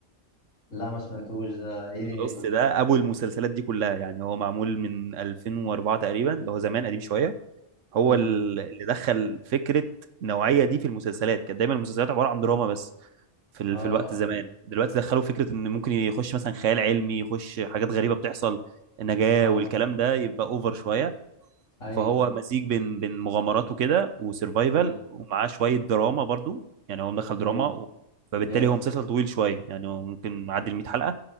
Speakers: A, on the left; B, on the right.
A: لا ما سمعتوش ده ايه دنيته
B: لوست
A: ده
B: ده أبو المسلسلات دي كلها يعني هو معمول من 2004 تقريبا اللي هو زمان قديم شوية هو
A: امم
B: ال- اللي دخل فكرة النوعية دي في المسلسلات كانت دايما المسلسلات عبارة عن دراما بس في ال...
A: اه
B: في الوقت
A: اه
B: زمان دلوقتي دخلوا فكرة إن ممكن يخش مثلا خيال علمي يخش حاجات غريبة بتحصل النجاة
A: اه
B: والكلام ده يبقى أوفر شوية
A: ايوه
B: فهو
A: ايوه
B: مزيج بين بين مغامرات وكده وسرفايفل
A: امم
B: ومعاه شويه دراما برضو يعني هو مدخل
A: امم
B: دراما و... فبالتالي
A: جامد
B: هو مسلسل طويل شويه يعني هو ممكن معدي ال 100 حلقه